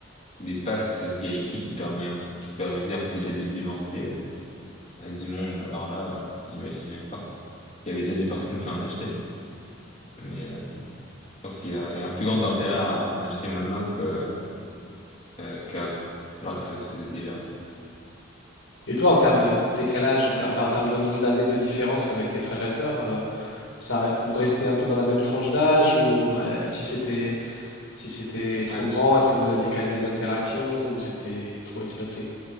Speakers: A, on the left; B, on the left.
A: des passes VIP qui permet, qui permettaient, en fait, déjà de dévancer euh, euh, du monde. Alors là, euh, j'imagine même pas. Parce qu'il y avait déjà des personnes qui en achetaient, mais euh, je pense qu'il y a, il y a un plus grand intérêt à en acheter maintenant que, euh, qu'avant. Alors que ça se faisait déjà.
B: Et toi, en termes de décalage, en ter- enfin en termes de nombre d'années de différence avec tes frères et sœurs, euh, ça, re- vous restez un peu dans la même tranche d'âge, ou euh, si c'était si c'était trop
A: ouais
B: grand, est-ce que vous aviez quand même des interactions, ou c'était trop espacé?